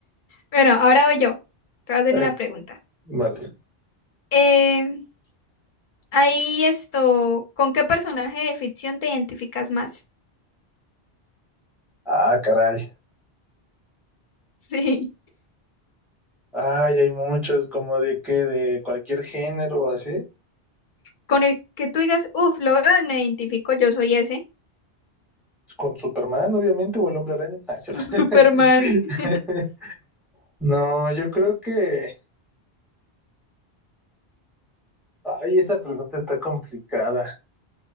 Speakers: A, on the left (about 55°); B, in the centre.
A: Bueno, ahora voy yo. Te voy a hacer
B: Eh,
A: una pregunta.
B: vale.
A: Eh, ahí esto, ¿con qué personaje de ficción te identificas más?
B: Ah, caray.
A: <laughs> Sí.
B: Ay, hay muchos, como de qué, de cualquier género o así.
A: con el que tú digas, uff, lo veo y me identifico, yo soy ese.
B: Con Superman, obviamente, o el Hombre Araña. Ah,
A: Su-
B: cierto.
A: Superman.
B: <laughs>
A: <laughs>
B: No, yo creo que... Ay, esa pregunta está complicada.